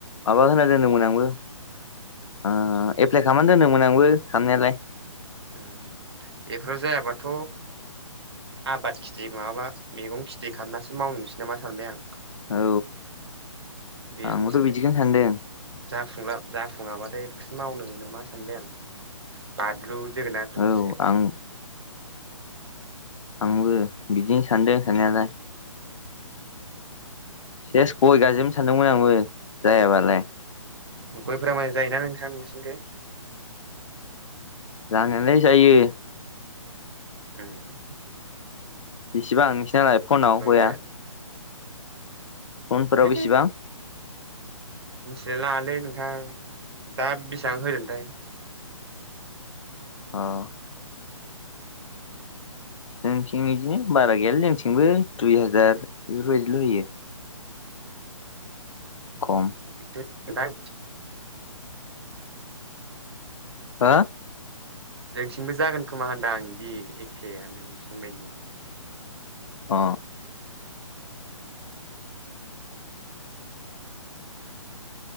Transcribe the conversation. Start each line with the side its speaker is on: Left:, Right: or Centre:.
Left: माबा होना दोनदोंमोन आंबो ओ एप्लाइ खालामनानै दोनदोंमोन आंबो खालामनायालाय
Right: बेफोराव जायाबाथ' आबाद खिथि माबाबा मैगं खिथि खालामनासो मावनोसै नामा सानबाय आं
Left: औ
Right: बिजनेसो
Left: आंबोथ' बिदिखौनो सानदों
Right: जाफुंला जाफुङाबाथाय बेखौसो मावनो नो मा सानबाय आं बादलु जोगोनारफोरखौसो
Left: औ आं आंबो बिदिनो सानदों सनायालाय सेस गय गाजोबनो सानदोंमोन आंबो जायाबालाय
Right: गयफोरा माजां जायोना नोंथां नोंसिनिखौ?
Left: जानायलाय जायो।
Right: ओम
Left: बिसेबां नोंस नालाय फनाव गया?
Right: जायालै
Left: फनफोराव
Right: है
Left: बेसिबां
Right: जालालै नोंथां दा बेसेबां होदों थाय
Left: औ जोंथिं बिदिनो बारा गैयालाय जोंथिंबो दुइ हाजार बेफोरबायदिल' होयो खम
Right: <unintelligible>
Left: हा
Right: जोंथिंबो जागोन खोमा होनदां इदि एखेआनो नोंसिनिबायदि
Left: अ